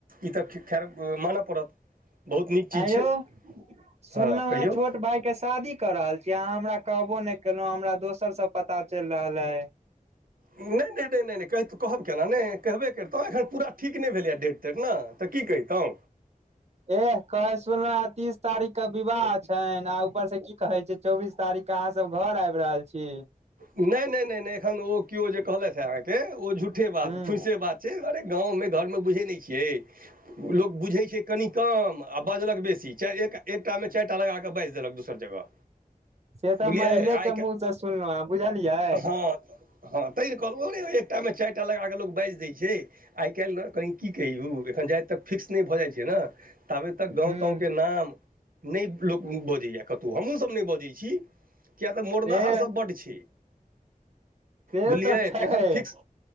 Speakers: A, on the right; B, on the right.
A: ई तऽ खैर मानय पड़त। बहुत नीक चीज
B: ऐ
A: छै
B: यौ सुनलहु
A: हँ कहियौ
B: हे छोट भाई के शादी क रहल छी अहाँ हमरा कहबो नहि केलहुं हमरा दोसर से पता चलि रहल ऐ।
A: नहि नहि नहि नहि नहि कहब केना नहि कहबे करिततहुँ एखन पूरा ठीक नहि भेलैए डेट। ने तऽ की कहितहु।
B: एह कहे सुनलहु तीस तारीख के विवाह छनि आ ऊपर से की कहे छै चौबीस तारीख के अहाँ सब घर आबि रहल छी।
A: नहि नहि नहि नहि एखन ओ केओ जे कहलथि हे अहाँके ओ झूठे बात
B: हूँ
A: फुइसे बात। से अरे गाँव मे घर मे बुझैत नहि छियै। लोक बुझैत छै कनि कम आ बजलक बेसी चारि एकटा मे चारि टा लगा कऽ बाजि देलक दोसर जगह।
B: से तऽ
A: बुझलियै
B: महिले
A: आइ
B: के मुह से सुनलहुँ हेँ बुझलियै
A: हँ हँ तै ने कहलहु एकटा मे चारि टा लगा कऽ लोक बाजि दै छै। आइ काल्हि ने कनि की कहियौ एखन जावत तक फिक्स नहि भऽ जाइत छै ने ताबे तक गाँव
B: हूँ
A: ताॅव के नाम नहि लोक बजैय कतहु हमहुँ सभ नहि बजै छी किय तऽ मोड़नाहारर
B: ए
A: सभ बड्ड। तैं
B: से
A: बुझलियै
B: छै
A: तऽ एखन फिक्स